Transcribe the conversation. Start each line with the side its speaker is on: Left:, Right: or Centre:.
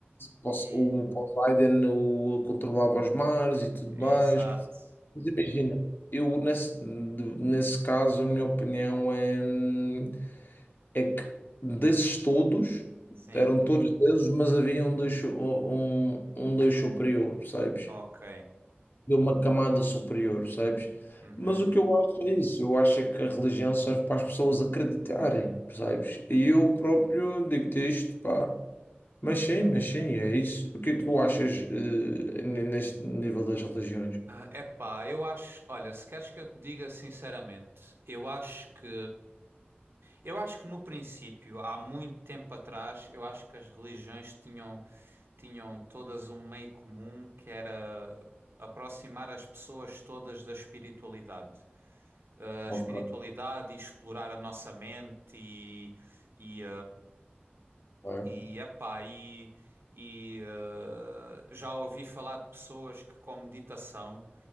Left: Pos-
Right: E
Left: o Poseidon o, controlava os mares e tudo
Right: exato.
Left: mais. Mas imagina, eu nesse, de- nesse caso, a minha opinião é, hum, é que desses todos,
Right: Sim.
Left: eram todos deuses, mas havia um deus, su- um, um deus superior, percebes?
Right: Ok.
Left: de uma camada superior, sabes?
Right: Uhum.
Left: Mas o que eu acho é isso, eu acho é que a religião serve para as pessoas acreditarem, percebes? E eu próprio digo-te isto, pá. Mas sim, mas sim, é isso. O que é que tu achas, eh, n- neste nível das religiões?
Right: É epá, eu acho, olha, se queres que eu te diga sinceramente, eu acho que Eu acho que no princípio, há muito tempo atrás, eu acho que as religiões tinham, tinham todas um meio comum que era aproximar as pessoas todas da espiritualidade. A
Left: Ok,
Right: espiritualidade e explorar a nossa mente e, e
Left: é.
Right: e, epá, e, e eh, já ouvi falar de pessoas que com meditação,